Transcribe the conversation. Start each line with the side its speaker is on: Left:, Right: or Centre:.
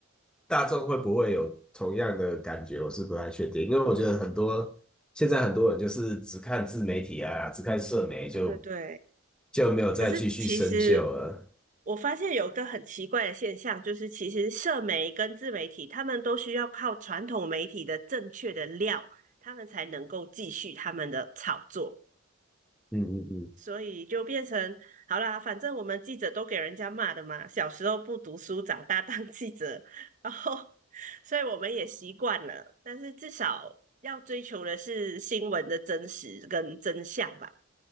Centre: 大众会不会有同样的感觉，我是不太确定。因为我觉得很多现在很多人就是只看自媒体啊，只看社媒就
Right: 对对对。
Centre: 就没有再继续深究了。
Right: 可是其实我发现有个很奇怪的现象，就是其实社媒跟自媒体，他们都需要靠传统媒体的正确的料，他们才能够继续他们的炒作。
Centre: 嗯嗯嗯
Right: 所以就变成好啦，反正我们记者都给人家骂的嘛，小时候不读书，长大当记者，然后所以我们也习惯了。但是至少要追求的是新闻的真实跟真相吧。